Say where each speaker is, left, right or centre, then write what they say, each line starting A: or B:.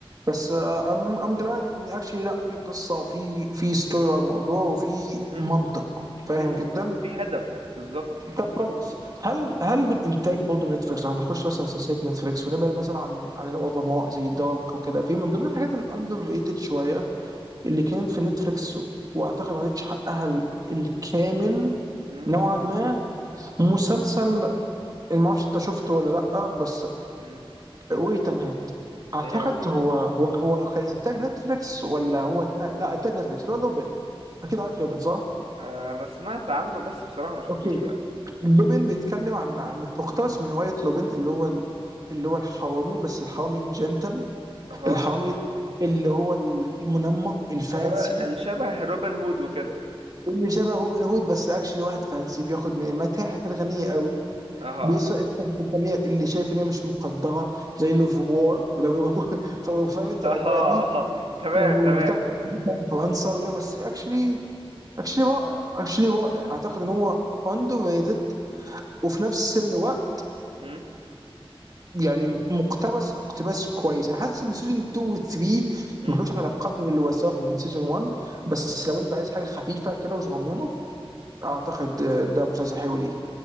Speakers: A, on the right (about 40°); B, on the right (about 85°).
A: بس ام ام جلاد ان اكشلي لا في قصه في في ستوري على الموضوع وفي
B: مهم.
A: منطق فاهم
B: في منطق
A: جدا
B: في هدف بالظبط
A: طب كويس هل هل من انتاج برضه نتفليكس يعني هنخش مثلا سلسله نتفليكس ونبعد مثلا عن عن العظماء زي دارك وكده في من ضمن الحاجات
B: مم.
A: الاندر ريتد شويه اللي كانت في نتفليكس واعتقد ما خدتش حقها ال- الكامل
B: مم.
A: نوعا ما مسلسل ما اعرفش انت شفته ولا لا بس
B: مم.
A: ويت مات اعتقد
B: ايه هو
A: هو هو هو كان انتاج نتفليكس ولا هو اتنا... لا انتاج نتفليكس اللي هو لوبن اكيد عارف لوبن صح؟
B: آه، انا سمعت عنه بس بصراحة ما شفتوش
A: اوكي
B: لا
A: لوبين بيتكلم عن عن- مقتبس من رواية لوبين اللي هو اللي هو الحرامي بس الحرامي الجنتل
B: اها
A: الحرامي اللي هو المنمق الفانسي
B: اللي هو اللي شبه روبن هود وكده
A: اللي شبه روبن هود بس اكشلي واحد فانسي بياخد من المتاحف الغنية قوي
B: اها
A: بيسرق
B: اها
A: التحف الفنية اللي شايف ان هي مش مقدرة زي لوفوار لو <laughs> فهو فاهم انت
B: اها
A: الاجواء دي
B: اها تمام
A: والبتاع
B: تمام
A: بتاع في فرنسا وكده بس اكشلي اكشلي رائع اكشلي رائع اعتقد ان هو اندر ريتد وفي نفس الوقت
B: مم.
A: يعني مقتبس اقتباس كويس انا حاسس ان سيزون 2 و 3
B: مم.
A: ما كانوش على قدر الوثائق من سيزون 1 بس لو انت عايز حاجه خفيفه كده وصغنونه اعتقد ده مسلسل حلو ليك